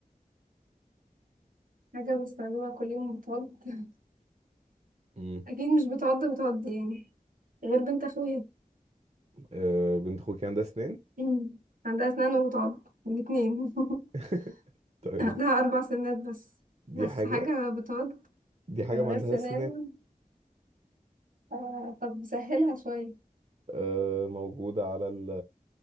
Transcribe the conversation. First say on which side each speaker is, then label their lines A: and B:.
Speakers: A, on the right; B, on the right.
A: حاجة بستخدمها كل يوم بتعض <laughs>
B: مم.
A: أكيد مش بتعض بتعض يعني غير بنت أخويا
B: أه بنت اخوك عندها اسنان
A: <clears throat> <laughs> عندها أسنان وبتعض الاتنين <laughs>
B: <laughs> طيب
A: عندها أربع سنات بس
B: دي
A: بس
B: حاجة
A: حاجة بتقعد
B: دي حاجة
A: من
B: ما
A: غير
B: عندهاش
A: سنان
B: اسنان
A: ف- طب سهلها شوية
B: أه موجودة على ال